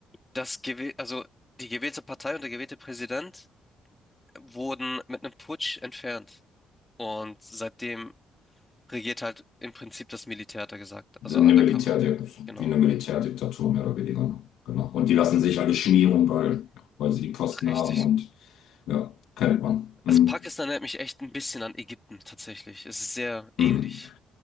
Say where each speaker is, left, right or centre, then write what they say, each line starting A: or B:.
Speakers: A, on the left; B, on the left.
A: das gewäh also die gewählte Partei und der gewählte Präsident wurden mit einem Putsch entfernt. Und seitdem regiert halt im Prinzip das Militär, hat er gesagt. Also
B: Eine
A: undercover.
B: Militärdik
A: Genau.
B: wie eine Militärdiktatur, mehr oder weniger. ne? Genau. Und die lassen sich alle schmieren, weil, weil sie die Posten
A: Richtig.
B: haben und ja, kennt man. Hm,
A: Also Pakistan erinnert mich echt ein bisschen an Ägypten, tatsächlich. Es ist sehr ähnlich.
B: hm,